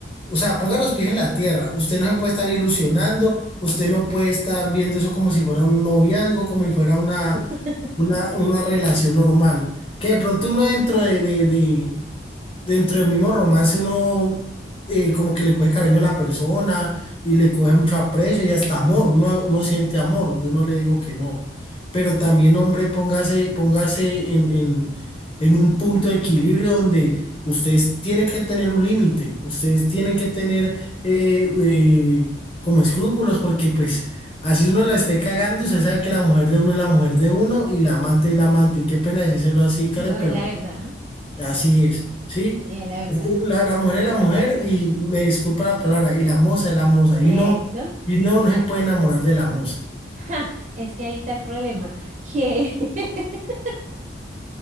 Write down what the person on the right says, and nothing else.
<laughs>
No, es
la verdad.
Y es la verdad.
Eso.
<laughs> Ja, es que ahí está el problema, que, <laughs>